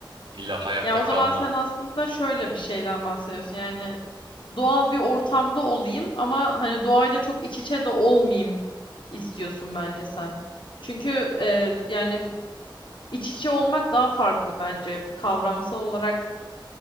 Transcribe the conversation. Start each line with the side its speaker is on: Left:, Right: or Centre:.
Right: illa hayatta
Left: Ya
Right: kalma.
Left: o zaman sen aslında şöyle bir şeyden bahsediyorsun. Yani doğal bir ortamda olayım ama hani doğayla çok iç içe de olmayayım istiyorsun bence sen. Çünkü e, yani iç içe olmak daha farklı bence. Kavramsal olarak